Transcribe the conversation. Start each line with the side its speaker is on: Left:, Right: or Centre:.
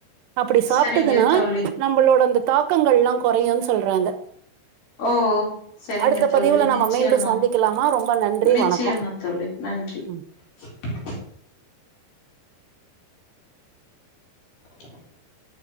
Right: அப்டி சாப்
Left: சரிங்க தோழி.
Right: நம்பளோட அந்த தாக்கங்கள்லா கொறையுன் சொல்றாங்க
Left: ஓ செரிங்க
Right: அடுத்த
Left: தோழி
Right: பதிவுல
Left: நிச்சயம்மா
Right: நம்ம மீண்டும் சந்திக்கலாமா ரொம்ப நன்றி
Left: நிச்சயமா
Right: வணக்கம்
Left: தோழி நன்றி
Right: ம்
Left: <inaudible> <inaudible>